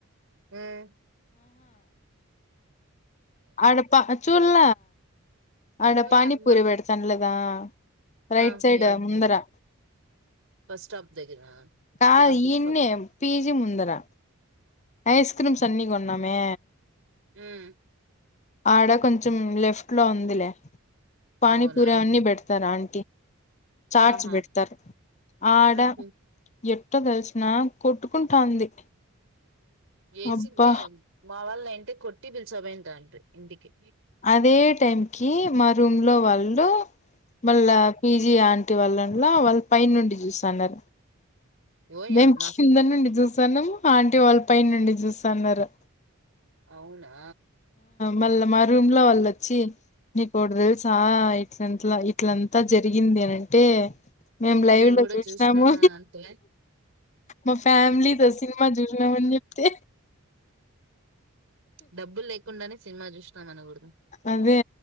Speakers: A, on the right; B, on the left.
A: హుమ్
B: అ పా చూళ్ళ అడా
A: ఓయమ్మ
B: పానిపూరి పెడతనలదా రైట్
A: ఆ
B: సైడ్
A: ఎడ
B: ముందరా
A: బస్ స్టాప్ దగ్గర
B: కాదు
A: క్యాబ్ స్టాప్
B: ఈన్నే పీజీ ముందరా ఐస్ క్రీమ్స్ అన్నీ కొన్నామే
A: ఉమ్
B: ఆడ కొంచెం లెఫ్ట్ లో ఉందిలే పానీపూరి
A: అవునా
B: అన్ని పెడతారా అ చాట్స్
A: ఆహా
B: పెడతారు ఆడా
A: ఉహు
B: ఎట్ ఏట్టో తెలిసిన కొట్టుకుంటాంది
A: వేసింటే
B: అబ్బా
A: మా వాళ్ళ ఏయింటే కొట్టి పిలుచమయింది తాండ్రి ఇంటికి
B: అదే టైం కి మా రూమ్ లో వాళ్ళు వాళ్ళ పీజీ ఆంటి వాళ్ళలో వాళ్ళ పై నుండి చూస్తన్నారు
A: ఓయమ్మ
B: మేము కింద నుండి చూసాన్నాము ఆంటీ వాళ్ళు పై నుండి చూస్తాన్నారు
A: అవునా
B: మళ్ళా మా రూమ్ లో వాళ్ళు వచ్చి నీకు ఒకటి తెలుసా ఇలంతలా ఇట్లంతా జరిగింది అనంటే మేము లైవ్
A: నేను
B: లో
A: కూడా
B: చూసినాము
A: చూసిన అంటే
B: మా ఫ్యామిలీ
A: ఉమ్
B: తో సినిమా చూస్తున్నామని చెప్తే
A: డబ్బులు లేకుండానే సినిమా చూసినాం అనకూడదు
B: అదే